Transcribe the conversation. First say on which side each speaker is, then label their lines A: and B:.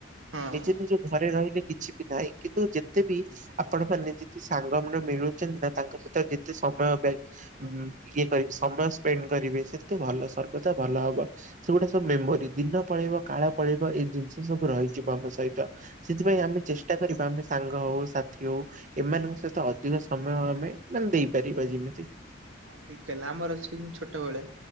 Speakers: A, on the right (about 80°); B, on the right (about 40°).
A: ହଁ।
B: ନିଜ ନିଜ ଘରେ ରହିଲେ କିଛି ବି ନାହିଁ କିନ୍ତୁ ଯେ ଆପଣ ଖାଲି ଯେତିକି ସାଙ୍ଗମାନେ ମିଳୁଛନ୍ତି ନା ତାଙ୍କ ଭିତରେ ଯେତେ ସମୟ ପା ଇଏ କରିବେ ସମୟ ସ୍ପେଣ୍ଡ କରିବେ ସେତେ ଭଲ ସର୍ବଦା ଭଲ ହବ। ସେଗୁଟା ସବୁ ମେମୋରି ଦିନ ପଳେଇବ କାଳ ପଳେଇବ ଏଇ ଜିନିଷ ସବୁ ରହିଛି ଆମ ସହିତ। ସେଥିପାଇଁ ଆମେ ଚେଷ୍ଟା କରିବା ଆମେ ସାଙ୍ଗ ହଉ ସାଥି ହଉ ଏମାନଙ୍କ ସହିତ ଅଧିକ ସମୟ ଆମେ ମାନେ ଦେଇପାରିବା ଯେମିତି।
A: ହଁ ଠିକ କହିଲେ। ଆମର ସିମତି ଛୋଟବେଳେ